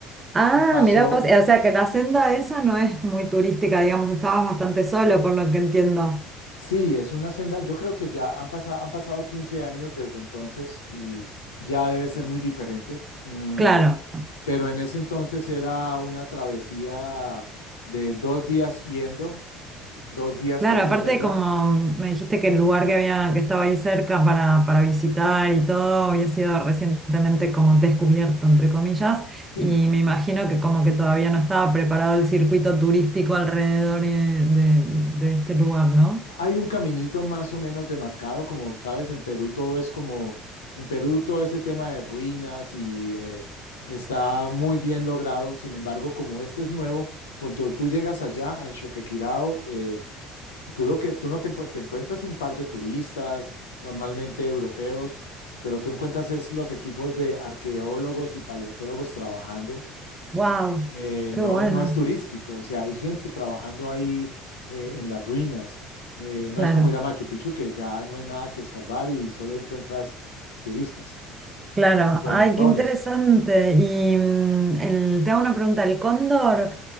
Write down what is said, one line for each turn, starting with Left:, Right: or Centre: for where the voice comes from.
Right: Ah,
Left: y pasó,
Right: mira, vos, eh, o sea que la senda esa no es muy turística, digamos, estabas bastante solo, por lo que entiendo.
Left: Sí, es una senda. Yo creo que ya han pasado, han pasado 15 años desde entonces y ya debe ser muy diferente. Mm,
Right: Claro,
Left: pero en ese entonces era una travesía de dos días yendo, dos días
Right: claro,
Left: quedándose
Right: aparte
Left: allá.
Right: como me dijiste que el lugar que había, que estaba ahí cerca para, para visitar y todo, había sido recientemente como descubierto, entre comillas,
Left: Sí,
Right: y me imagino que como que todavía no estaba preparado el circuito turístico alrededor eh, de, de este lugar, ¿no?
Left: hay un caminito más o menos demarcado, como sabes, en Perú todo es como, en Perú todo este tema de ruinas y eh, está muy bien logrado. Sin embargo, como este es nuevo, cuando tú llegas allá al Choquequirao, eh, Tú lo que tú no te, encuent- te encuentras un par de turistas, normalmente europeos, pero tú encuentras es los equipos de arqueólogos y paleontólogos trabajando.
Right: Wow,
Left: Eh,
Right: qué
Left: no,
Right: bueno,
Left: no es turístico, o sea, hay gente trabajando ahí eh, en las ruinas. Eh,
Right: claro.
Left: no es como ir a Machu Picchu, que ya no hay nada que escarbar y solo encuentras turistas,
Right: Claro,
Left: y por
Right: ay,
Left: montones.
Right: qué interesante. Y mm, el- te hago una pregunta, ¿el cóndor